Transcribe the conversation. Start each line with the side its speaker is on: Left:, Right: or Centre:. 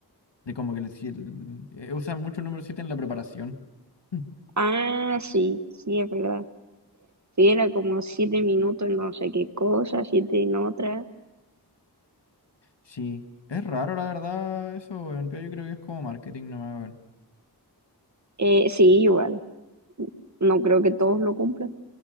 Left: De como que le, si- el- eh, usan mucho el número 7 en la preparación. Mm.
Right: Ah, sí, sí, es verdad. Sí, era como siete minutos en no sé qué cosa, siete en otra.
Left: Sí. Es raro, la verdad, eso, weón, pero yo creo que es como marketing nomás, weón.
Right: Eh, sí, igual. No creo que todos lo cumplan.